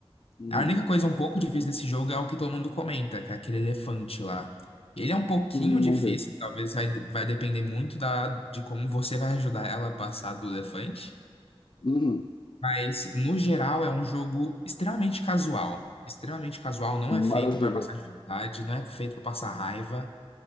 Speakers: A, on the left (about 50°); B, on the left (about 70°).
A: uhum,
B: A única coisa um pouco difícil desse jogo é o que todo mundo comenta, que é aquele elefante lá. Ele é um pouquinho
A: hum, não
B: difícil,
A: vi.
B: talvez vai, vai depender muito da, de como você vai ajudar ela a passar do elefante.
A: Uhum.
B: Mas, no geral, é um jogo extremamente casual. Extremamente casual, não é feito
A: Maravilha,
B: para passar dificuldade, não é feito para passar raiva,